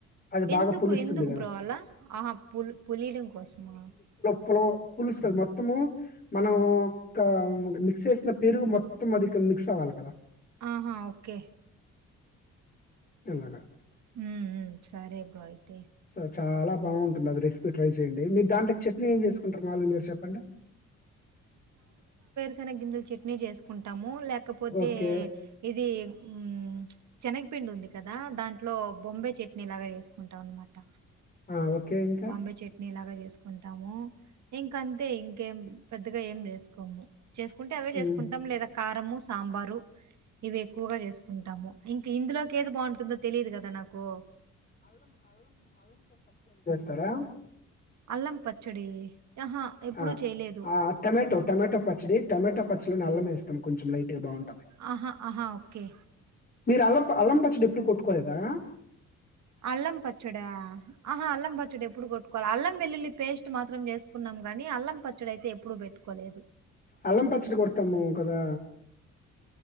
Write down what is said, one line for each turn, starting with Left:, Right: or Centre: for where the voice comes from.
Left: అది
Right: ఎందుకు
Left: బాగా పులుస్తుంది
Right: ఎందుకు
Left: కదా!
Right: బ్రో పోవాలా ఆహా పులి పులిడం కోసమా
Left: పులవ పులుస్తది మొత్తము మనం
Right: ఆ!
Left: ఓక్క మిక్స్ చేసిన పెరుగు మొత్తం అది కా మిక్స్ అవ్వాలి కదా
Right: ఆహా ఓకే
Left: ఎలాగా
Right: ఉహ్మ్ హు సరే బ్రోయితే
Left: సో చాలా బాగుంటుంది. అది రెసిపీ ట్రై చేయండి. మీరు దాంట్లో చట్నీ ఏం చేసుకుంటారు మాలుగా మీరు చెప్పండి.
Right: శనగ గింజల చట్నీ చేసుకుంటాము. లేక్ లేకపోతే
Left: ఓకే.
Right: ఇది ఉహ్మ్ శనగపిండి ఉంది కదా దాంట్లో బొంబై చెట్ నీ లాగ చేేసుకుంటాం అన్నమాట
Left: ఆ! ఓకే. ఇంకా?
Right: బాంబై చట్నీలా చేసుకుంటాము. ఇంక అంతే ఇంకేం పెద్దగా ఏం చేసుకోము చేసుకుంటే అవే
Left: హ్మ్.
Right: చేసుకుంటాం. లేదా కారము సాంబారు ఇవి ఎక్కువగా చేసుకు కుంటాము ఇంక ఇందులోకి ఏది బాగుంటుందో తెలిదు కదా నాకు
Left: తారా
Right: అల్లం పచ్చడి అహా! ఎప్పుడూ
Left: ఆ
Right: చేయలేదు.
Left: ఆ టొమేటో టొమటో పచ్చడి టొమటో పచ్చడి. అల్లం వేస్తాం కొంచెం లైట్గా బాగుాం
Right: ఆహా ఆహా ఓకే
Left: మీరు అల్లం అల్లం పచ్చడి ఎప్పుడు కొట్టుకోలేదా
Right: అల్లం పచ్చడ. ఆహా అల్లం పచ్చడి ఎప్పుడు కొట్టుకోలా అల్లం వెల్లుల్లి పేస్ట్ మాత్రం చేసుకున్నాం. కాని అల్లం పచ్చడి అయితే ఎప్పుడు పెట్టుకోలేదు.
Left: అల్లం పచ్చడి కొడతాము కదా